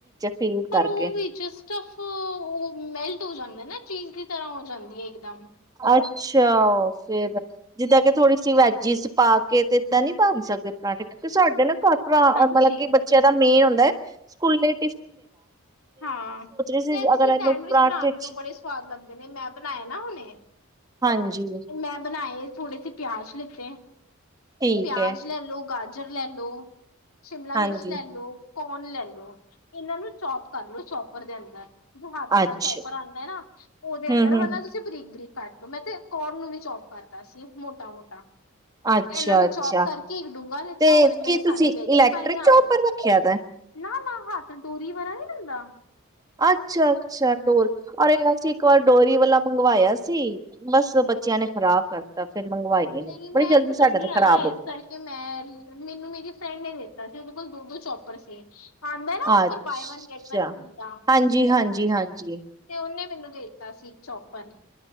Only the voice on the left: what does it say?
ਪਰ
ਉਹ ਵੀ, ਜਸਟ ੳਫ ਅਅ ਮੈਲਟ ਹੋ ਜਾਂਦੇ ਨਾ। ਚੀਜ਼ ਦੀ ਤਰ੍ਹਾਂ ਹੋ ਜਾਂਦੀ ਹੈ, ਇਕਦਮ।
ਹਾਂਜੀ
ਹਾਂ,
ਤੇ ਤੁਸੀਂ
ਸੈਂਡਵਿਚ
ਬਣਾ ਕੇ
ਦੋ ਬੜੇ ਸਵਾਦ ਲੱਗਦੇ ਨੇ। ਮੈਂ ਬਣਾਏ ਨਾ ਹੁਣੇ।
ਮੈਂ ਬਣਾਏ ਥੋੜੇ ਸੇ ਪਿਆਜ। ਲੀ ਤੇ
ਪਿਆਜ
ਲੈ ਲੋੋ ਗਾਜ ਸਜ਼ਰਲੈਂਡੋ ਸ਼ਿਮਲਾ
ਮਿਰਚ ਲੈ ਲੋ, ਕੋਨ ਲੈ ਲੋ। ਚੋਪ ਕਰ ਲ, ਚੋਪਰ ਦੇ ਅੰਦਰ। ਜੋ ਹੱਥ ਵਾਲਾ
ਚੌਕਰ ਆਉਂਦਾ ਹੈ ਨਾ ਉਹਦੇ
ਅੰਦਰ
ਵੰਨਾ ਤੁਸੀਂ ਬਰੀਕ-ਬਰੀਕ। ਕੱਟ ਲੋ, ਮੈਂ ਤੇ ਕੋਨ ਨੂੰ ਵੀ ਚੋਪ ਕਰਦਾ ਸੀ ਮੋਟਾ-ਮੋਟਾ
ਇਹਨਾਂ ਨੂੰ
ਚੌਪ ਕਰਕੇ ਇੱਕ ਡੂੰਘਾ ਦਿੱਤਾ
ਉਹਦੇ ਅੰਦਰ
ਇਹ ਸਾਰੀ
ਵੈਜੀ
ਪਾਈਆਂ
ਨਾਂ ਨਾਂ ਤੇ ਡੋਰੀ ਬਰਾ ਨੀਂ ਹੁੰਦਾ।
ਨ੍ਹੀਂ ਮੈਂ
ਤੇ
ਕਲ੍ਹੀ
ਆ
ਨਾ
ਇਸ
ਕਰਕੇ ਮੈਂ ਮੈਨੂੰ ਮੇਰੀ ਫਰੈਂਡ ਨੇ ਦੇ ਤਾ ਸੀ, ਉਦੇ ਕੋਲ਼ ਦੋ ਦੋ ਚੌਪਰ ਸੀ। ਆਂਦਾ ਨਾ
offer buy one get one ਫਰੀ ਦਾ
ਤੇ ਉਹਨੇ ਮੈਨੂੰ ਦੇਤਾ ਸੀ ਚੋਪਰ